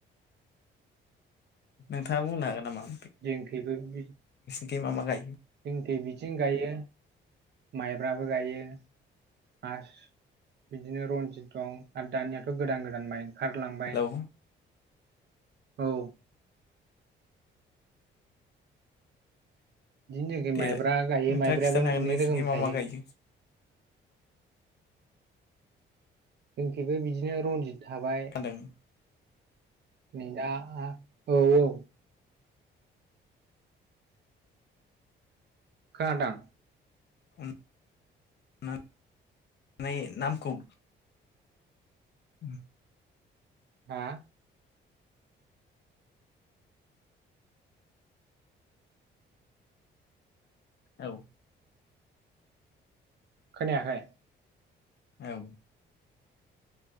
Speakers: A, on the left (about 55°); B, on the right (about 55°).
A: नोंथाङा बुंनो हागोन नामा?
B: जोंनिखैबो बि
A: दि मा मा गायो?
B: जोंनिथिं बिथिं गायो माइब्राबो गायो ‌ आसु बिदिनो रनजित दं आरो दानियाथ' गोदान गोदान माइ ओंखारलांबाय।
A: हेलौ
B: औ। बिदिनो जोंनिखि
A: देलाय
B: माइब्रा गायो
A: नोंथाङा
B: माइब्रायाबो
A: खिन्थानो
B: मोननै
A: हागोन नोंसिनिखै
B: रोखोमनि
A: मा
B: थायो।
A: मा गायो
B: जोंखिबो बिदिनो रनजित थाबाय
A: खोनादों
B: नै दा ओ औ औ। खोनादों?
A: <inaudible> उम।
B: हा?
A: औ।
B: खोनायाखै?
A: औ।